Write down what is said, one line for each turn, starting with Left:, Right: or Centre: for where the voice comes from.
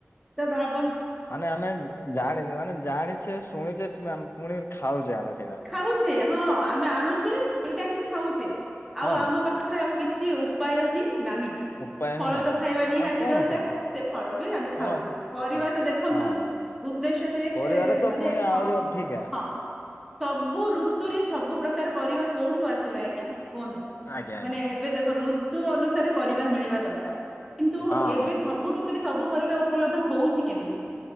Centre: ତ ଭାବ
Left: ମାନେ ଆମେ ଜା ଜାଣି ମାନେ ଜାଣିଛେ ଶୁଣିଛେ <unintelligible> ପୁଣି ଖାଉଛେ ଆମେ ସେଇଡ଼ା।
Centre: ଖାଉଛେ ହଁ ଆମେ ଆଣୁଛେ ସେଇଟା ହିଁ ଖାଉଚେ ଆଉ
Left: ହଁ
Centre: ଆମ
Left: ବା
Centre: ପାଖରେ ଆଉ କିଛି ଉପାୟ ହିଁ ନାହିଁ।
Left: ଉପାୟ
Centre: ଫଳ
Left: ହିଁ ନାହିଁ
Centre: ତ ଖାଇବା ନିହାତି
Left: ଆଉ କଣ
Centre: ଦରକାର
Left: କରିବା
Centre: ସେ ଫଳ ବି ଆମେ
Left: ହଁ
Centre: ଖାଉଚେ
Left: ପ-
Centre: ପରିବା
Left: ହଁ
Centre: ତ ଦେଖନ୍ତୁ
Left: ହଁ ହଁ
Centre: ଭୁବନେଶ୍ଵରରେ
Left: ପରିବାରେ ତ
Centre: ମାନେ
Left: ପୁଣି
Centre: ସବ
Left: ଆହୁରି ଅଧିକା
Centre: ହଁ। ସବୁ ଋତୁରେ ସବୁ ପ୍ରକାର ପରିବା କୋଉଠୁ ଆସିଲା ଆଜ୍ଞା। କୁହନ୍ତୁ।
Left: ଆଜ୍ଞା ଆଜ୍ଞା
Centre: ମାନେ ଏବେ ଦେଖ ଋତୁ ଅନୁସାରେ ପରିବା ମିଳିବା ଦରକାର। କିନ୍ତୁ
Left: ହଁ
Centre: ଏବେ
Left: ହଁ
Centre: ସବୁ ଋତୁରେ ସବୁ ପରିବା ଉପଲବ୍ଧ ହଉଛି କେମିତି?